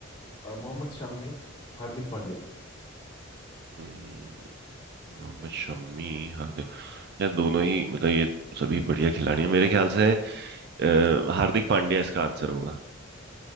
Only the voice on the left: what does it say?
अ, मोहम्मद शमी हार्दिक पांड्या